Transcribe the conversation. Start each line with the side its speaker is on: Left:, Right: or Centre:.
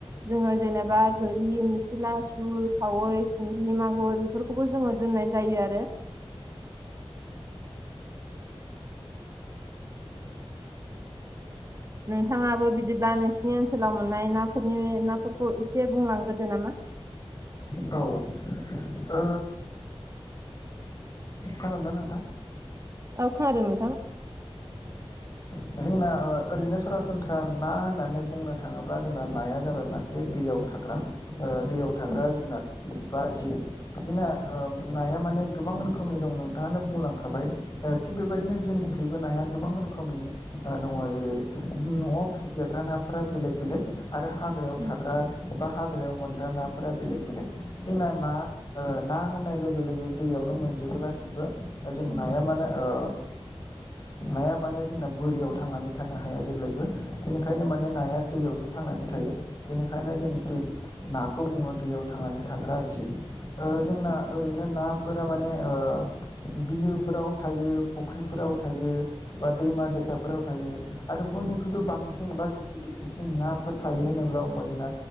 Right: जोङो जेनेबा गोरि निसिला सु खावै सिंगि मागुर बेफोरखौ बो जोङो दोननाय जायो आरो नोंथाङाबो बिदिब्ला नोंसिनि ओनसोलाव मोननाय नाफोरनि नाफोरखौ एसे बुंलांग्रोदो नामा
Left: औ ओ खोनादोंना नोंथां
Right: औ खोनादों नोंथां
Left: औ जोंना ओ ओरैनो सरासनस्रा ना होननानै बुंनो थाङोब्ला जोंना नाया जाबाय मासे दैयाव थाग्रा ओ दैयाव थाग्रा
Right: उम
Left: जुनार बा जिब बिदिना ओ नाया माने गोबां रोखोमनि दं नोंथाङानो बुंलांखाबाय दा थिग बेबायदिनो जोंनिखैबो नाया गोबां रोखोमनि ओ दङ जेरै न'आव फिसिजाग्रा नाफोरा बेलेग बेलेग आरो हाग्रायाव
Right: उम
Left: थाग्रा बा हाग्रायाव मोनग्रा नाफोरा बेलेग बेलेग जोंना ना ओ ना होननाय लोगो लोगो दैयावनो मोनजोबो गासिबो दा जों
Right: उम
Left: नाया मानो ओ नाया माने जोंना बोरियाव थांनानै थानो हाया जेब्लायबो बेनिखायनो माने नाया दैयावसो थांनानै थायो बेनिखायनो जों दै नाखौ बुङो दैयाव थांनानै थाग्रा जिब ओ जोंना ओरैनो नाफोरा माने ओ बिलोफोराव थायो फुख्रिफोराव थायो बा दैमा दै साफोराव थायो आरो बयनिख्रुइबो बांसिन बा गिदिर गिदिरसिन नाफोर थायो होनोब्ला बुंबा जोंना